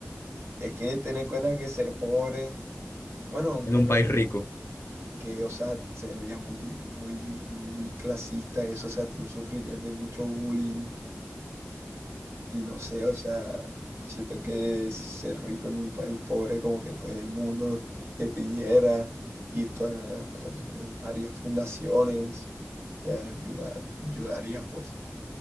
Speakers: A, on the right; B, on the left.
A: es que ten en cuenta que ser pobre, bueno, aunque
B: un
A: lo
B: país rico.
A: que, o sea, sería muy, muy, muy clasista eso, o sea, tú sufrirías de mucho bullying Y no sé, o sea, siento que ser rico en un país pobre, como que todo el mundo te pidiera y tú har- eh, harías fundaciones que ayudar, ayudaría, pues.